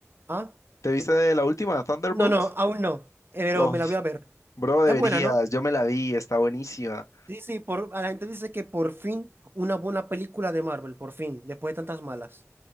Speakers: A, on the right; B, on the left.
A: ¿Ah?
B: ¿Te viste la última, Thunderbolts?
A: No, no, aún no. Eh, Pero
B: Oh,
A: me la voy a ver.
B: bro, deberías,
A: Es buena, ¿no?
B: yo me la vi, está buenísima.
A: Sí, sí, por, a la gente dice que por fin una buena película de Marvel, por fin, después de tantas malas.